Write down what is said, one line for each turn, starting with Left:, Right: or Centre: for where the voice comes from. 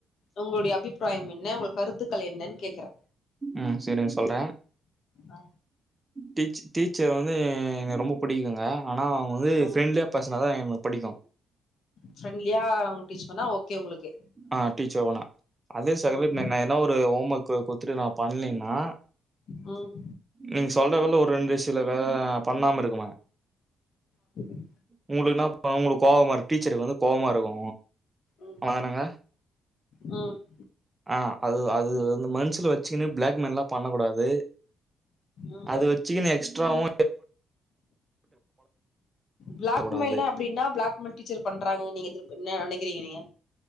Left: உங்களுடைய அபிப்ராயம் என்ன உங்கள் கருத்துக்கள் என்னன் கேக்கற
Right: ம் செரிங்க சொல்ற
Left: ஆ
Right: டீச் டீச்சர் வந்து எனக் ரொம்ப புடிக்குங்க ஆனா அவுங்க வந்து
Left: ஆ
Right: ஃபெரெண்ட்லியா பேசனா தா எனக்கு புடிக்கு
Left: ஃப்ரெண்ட்லியா உங்களுக் டீச் பண்ணா ஓகே உங்களுக்கு
Right: ஆ டீச்சர் போனா அதே செகரட்
Left: ம்
Right: னான்ன என்ன ஒரு ஹோம் ஒர்க்கு குடுத்துட்டு நா பண்லீனா
Left: ம்
Right: நீங்க சொல்றதுல ஒரு ரெண்டு விசில வேல பண்ணாம இருக்குமா
Left: சரி
Right: உங்களுக் இன்னா பா உங்களுக் கோவமாரு டீச்சருக்கு வந்து கோவமா இருக்கு
Left: ம்
Right: ஆமாதானங்க
Left: ம்
Right: ஆ அது அது வந்து மன்ஷுல வச்கினு பிளாக் மெயில்லா பண்ணக்க கூடாது
Left: ம்
Right: அது வச்சுகீனு எக்ஸ்ட்ராவு
Left: பிளாக்
Right: போடக்கூடாது.
Left: மெயில்னா அப்டி என்னா பிளாக்மெல் டீச்சர் பண்றாங்க நீங்க எதிர்ப் என்ன நெனைக்கிறீங்க நீங்க